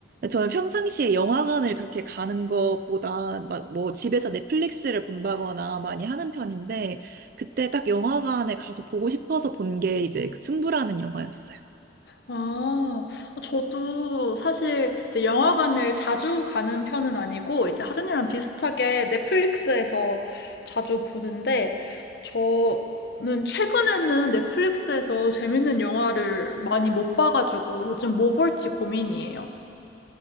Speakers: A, on the right; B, on the left.
A: 저는 평상시에 영화관을 그렇게 가는 것보다 막 뭐 집에서 넷플릭스를 본다거나 많이 하는 편인데, 그때 딱 영화관에 가서 보고 싶어서 본 게 이제 그 승부라는 영화였어요.
B: 아, 저도 사실 이제 영화관을 자주 가는 편은 아니고, 이제 하진이랑 비슷하게 넷플릭스에서 자주 보는데, 저는 최근에는 넷플릭스에서 재밌는 영화를 많이 못 봐가지고 요즘 뭐 볼지 고민이에요.